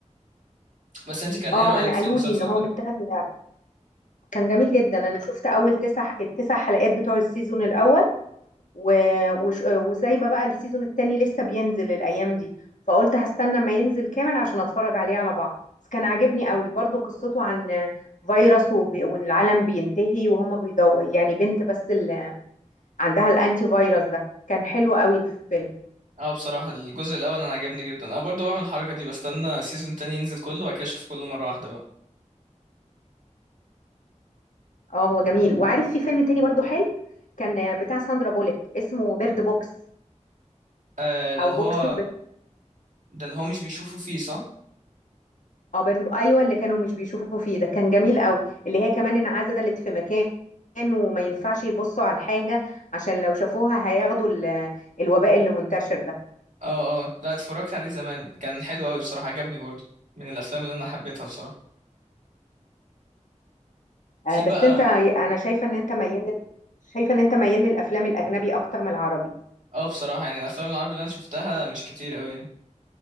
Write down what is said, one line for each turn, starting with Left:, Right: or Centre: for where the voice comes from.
Right: بس انت كان ايه
Left: اه
Right: رايك
Left: انا
Right: في
Left: قالوا
Right: المسلسل
Left: لي ان هو
Right: ده
Left: متاخد من لعبة. كان جميل جدا انا شفت اول تسع التسع حلقات بتوع السيزون الاول و... وش... وسايبه بقى السيزون التاني لسه بينزل الايام دي فقلت هستنى ما ينزل كامل عشان اتفرج عليه على بعضه بس كان عاجبني قوي برضو قصته عن فيروس وب... وان العالم بينتهي وهما بيدو يعني بنت بس اللي عندها الانتي فيروس ده كان حلو قوي الفيلم
Right: اه بصراحه الجزء الاول انا عجبني جدا انا برضو بعمل الحركه دي بستنى سيزون تاني ينزل كله وبعد كده اشوف كله مره واحده بقى
Left: اه هو جميل وعارف في فيلم تاني برضو حلو كان بتاع ساندرا بوليك اسمه بيرد بوكس
Right: آه ده
Left: او
Right: اللي
Left: بوكس
Right: هو
Left: بيرد.
Right: ده اللي هو مش بيشوفه فيه صح
Left: اه بيرد بوكس، ايوه اللي كانوا مش بيشوفوا فيه ده كان جميل قوي اللي هي كمان انعزلت في مكان وما ينفعش يبصوا على الحاجة عشان لو شافوها هياخدوا ال- الوباء اللي منتشر ده
Right: اه اه لا اتفرجت عليه زمان كان حلو قوي بصراحه عجبني برضو من الافلام اللي انا حبيتها بصراحه في
Left: آه، بس
Right: بقى
Left: انت انا شايفة ان انت ميال لل- شايفة ان انت ميال للافلام الاجنبي اكتر من العربي
Right: اه بصراحه يعني الافلام العربي اللي انا شفتها مش كتير قوي